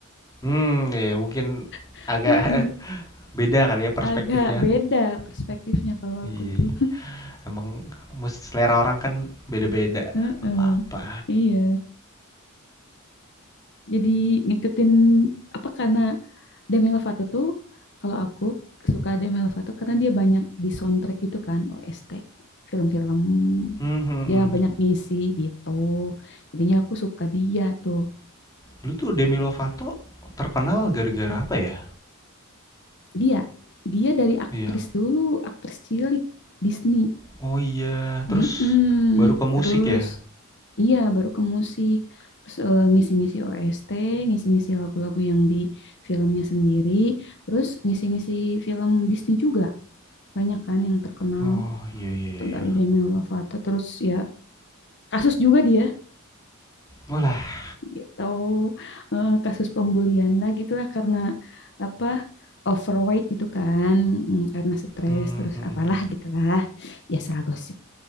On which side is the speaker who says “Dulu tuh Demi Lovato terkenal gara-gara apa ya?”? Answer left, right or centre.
Left